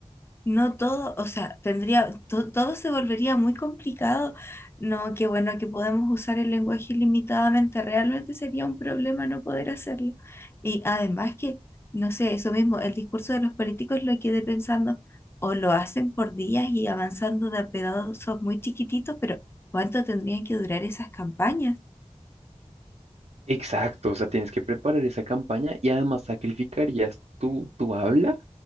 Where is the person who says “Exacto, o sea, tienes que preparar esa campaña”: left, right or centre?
Right